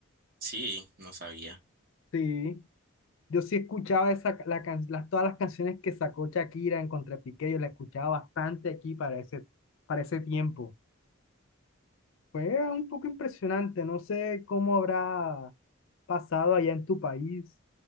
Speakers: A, on the right; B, on the left.
A: sí, no sabía.
B: Sí, yo sí escuchaba esa, la can- las, todas las canciones que sacó Shakira en Contra Piqué, yo la escuchaba bastante aquí para ese, para ese tiempo. Fue un poco impresionante, no sé cómo habrá pasado allá en tu país,